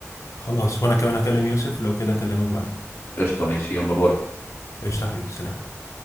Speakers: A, on the left (about 75°); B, on the left (about 55°).
A: خلاص وانا كمان هكلم يوسف لو كده اكلمك بعدين
B: قشطة ماشي يلا باي
A: قشطه يا حبيبي سلام